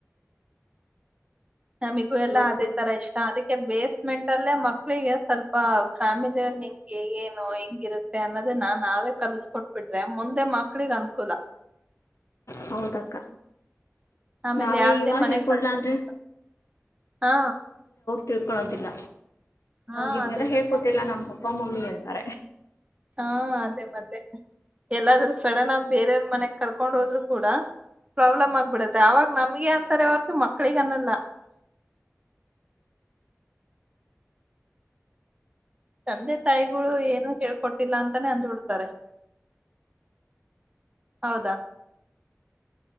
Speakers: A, on the right (about 25°); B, on the left (about 80°).
A: ನಮಗೂ ಎಲ್ಲಾ
B: ಇವಾಗ
A: ಅದೇ ತರ ಇಷ್ಟ ಅ ಬೇಸ್ಮೆಂಟ್ ಅಲ್ಲೇ ಮಕ್ಳಿಗೆ ಸ್ವಲ್ಪ ಫ್ಯಾಮಿಲಿಯ ಅವ್ರ ಹೆಿಂಗೆ ಏನು ಹೆಂಗಿರುತ್ತೆ ಅನ್ನೋದನ್ನ ನಾವೇ ಕಲ್ಸ್ಕೊಟ್ಬಿಟ್ರೆ ಮುಂದೆ ಮಕ್ಳಿಗೆ ಅನ್ಕೂಲ
B: ಹೌದಕ್ಕ
A: ಆಮೇಲೆ
B: ನಾವೇ
A: ಯಾರ್ದೇ
B: ಇವಾಗ
A: ಮನೆಗ್
B: ಹೇಳ್ಕೊಡ್ಲ
A: ಕರ್ಕೊಂಡ್
B: ಅಲ್ರಿ
A: ಹಾ
B: ತಿಳ್ಕೊಳೋದಿಲ್ಲ
A: ಹಾ
B: ನಮ್ಗ ಇದ್ನೆಲ್ಲ
A: ಅದೇ
B: ಹೇಳ್ಕೊಟ್ಟಿಲ್ಲ
A: ಮತ್ತೆ
B: ನಮ್ಮ್ ಪಪ್ಪ ಮಮ್ಮಿ ಅಂತಾರೆ
A: ಹಾ ಅದೇ ಮತ್ತೆ ಎಲ್ಲಾದ್ರೂ ಸಡನ್ ಆಗಿ ಬೇರೆಯವ್ರ ಮನೆಗ್ ಕರ್ಕೊಂಡ್ ಹೋದ್ರು ಕೂಡ ಪ್ರಾಬ್ಲಮ್ ಆಗ್ಬಿಡತ್ತೆ ಅವಾಗ ನಮ್ಗೆ ಅಂತಾರೆ ಹೊರ್ತು ಮಕ್ಳಿಗನ್ನಲ್ಲ
B: ಹ
A: ತಂದೆ ತಾಯಿಗಳು ಏನು ಹೇಳ್ಕೊಟ್ಟಿಲ್ಲ ಅಂತಾನೇ ಅಂದಬಿಡ್ತಾರೆ ಹೌದಾ